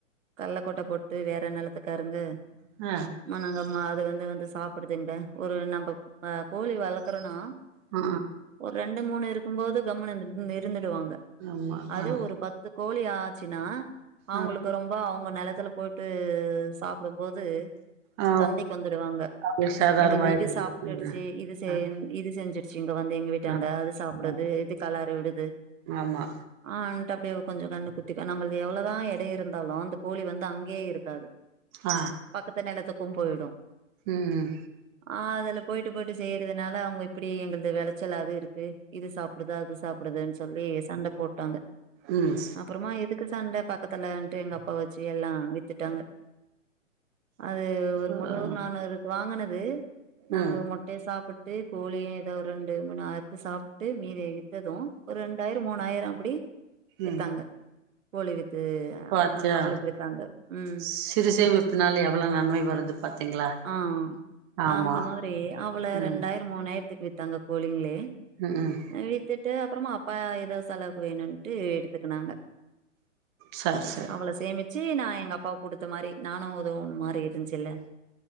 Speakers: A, on the right; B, on the right.
A: கல்ல கொட்ட போட்டு வேற நிலத்துக்காரங்க
B: அ
A: மா நாங்க மா அது வந்து வந்து சாப்பிடுது இங்க ஒரு நம்ப அ கோழி வளக்கறோனா
B: அ
A: ஒரு ரெண்டு மூணு இருக்கும்போது கம்னு இரு இருந்துடுவாங்க
B: ஆமா
A: அதே
B: ஆ
A: ஒரு பத்து கோழி ஆச்சுன்னா அவுங்களுக்கு
B: ஆ
A: ரொம்ப அவுங்க நெலத்துல போ ய்ட்டு சாப்பிடும்போது
B: ஆ
A: சண்டைக்கு வந்துடுவாங்க
B: அவங்களுக்கு சாதாரணமாயிடுது
A: எங்கள்து இது சாப்ட்டுடுச்சி
B: ம்
A: இது
B: ஆ
A: இது செஞ்சிருச்சு இங்க வந்து எங்க வீட் டாண்ட
B: ஆ ஆமா
A: அது சாப்புடுது இது கலறி விடுது
B: ஆமா
A: அ டப்டியே கொஞ்ச கண் குத்தி நம்பள்து எவ்ளதா எடோ இருந்தாலு அந்த கோழி வந்து அங்கேய இருக்காது
B: அ
A: பக்கத்து நெலத்துக்கும் போய்டு
B: ம்
A: ஆ அதுல போயிட்டு போயிட்டு செய்யறதுனால அவங்க இப்டி எங்களது விளாச்சலாது இருக்கு இது சாப்பிடுது அது சாப்பிடுதுன்னு சொல்லி சண்ட போட்டாங்க
B: ம்
A: அப்பறமா எதுக்கு சண்ட பக்கத்துலன்ட்டு எங்க அப்பா வச்சு எல்லா வித்துட்டாங்க அது ஒரு
B: ம்
A: முன்னூறு நானூறுக்கு வாங்குனது நாங்க
B: ம்
A: மட் வி சாப்புட்டு கோழியு ஏதோ ஒரு ரெண்டு மூணு அருத்து சாப்புட்டு மீதி வித்தது ஒரு ரெண்டாயிர மூணாயிர அப்டி வித்தாங்க
B: ம்
A: கோழி வித்து
B: பாத்தியா
A: அந்த அவளுக்கு வித்தாங்க ம்
B: சிறு சேமிப்புனால எவ்ள நன்மை வருது பாத்தீங்களா
A: ஆ
B: ஆமா
A: அந்த மாதிரி அவ்ள
B: ம்
A: ரெண்டாயிர மூணாயிரத்துக்கு வித்தாங்க கோழிங்கலே
B: ம்ம்
A: அ வித்துட்டு அப்பறமா அப்பா ஏதோ செலவுக்கு வேணுட்டு எடுத்துக்குனாங்க
B: சரி சரி
A: அவ்ள சேமிச்சு நா எங்க அப்பா குடுத்த மாதிரி நானு உதவுன்ன மாதிரி இருந்துச்சுல